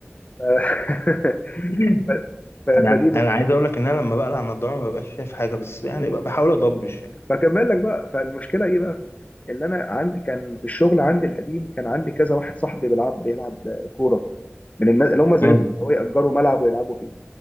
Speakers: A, on the left; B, on the left.
A: ف- <laughs>
B: <laughs>
A: ف- ف-
B: انا
A: فدي نقطة.
B: انا عايز اقول لك ان انا لما بقلع النضارة ما ببقاش شايف حاجة بس يعني بقى بحاول اضبش يعني
A: فكمل لك بقى فالمشكله ايه بقى اللي انا عندي كان في الشغل عندي القديم كان عندي كذا واحد صاحبي بيلعب بيلعب كوره من الناس اللي هم زيكم
B: امم
A: هو يأجروا ملعب ويلعبوا فيه